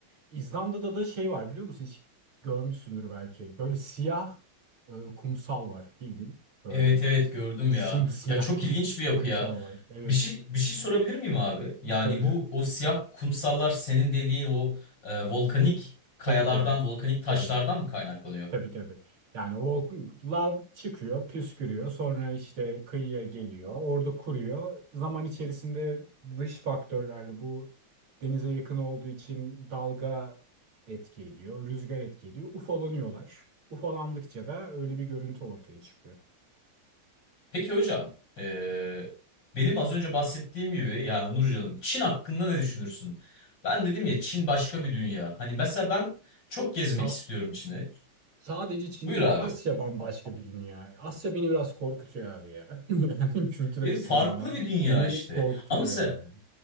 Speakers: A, on the right; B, on the left.
A: İzlanda'da da şey var biliyor musun? Hiç görmüşsündür belki. Böyle siyah e, kumsal var bildiğin böyle.
B: Evet evet gördüm
A: Simsiyah
B: ya. Ya çok
A: <laughs> bir
B: ilginç bir yapı
A: kumsal
B: ya.
A: var. Evet
B: Bir şey bir şey sorabilir miyim abi? Yani
A: tabii.
B: bu o siyah kumsallar senin dediğin o e, volkanik kayalardan,
A: Tabii tabii.
B: volkanik taşlardan
A: Tabii.
B: mı kaynaklanıyor?
A: Tabii tabii. Yani o lav çıkıyor, püskürüyor. Sonra işte kıyıya geliyor. Orada kuruyor. Zaman içerisinde dış faktörlerle bu denize yakın olduğu için dalga etki ediyor, rüzgar etki ediyor. Ufalanıyorlar. Ufalandıkça da öyle bir görüntü ortaya çıkıyor.
B: Peki hocam, e, benim az önce bahsettiğim gibi yani Onurcan'ım Çin hakkında ne düşünürsün? Ben dedim ya Çin başka bir dünya. Hani mesela ben çok gezmek
A: Sa-
B: istiyorum Çin'i.
A: sadece Çin
B: Buyur
A: değil,
B: abi.
A: Asya bambaşka bir dünya. Asya beni biraz korkutuyor abi ya. <laughs> Yani kültür
B: Ve
A: açısından
B: farklı bir dünya
A: beni
B: işte.
A: korkutuyor
B: Ama mesela
A: yani.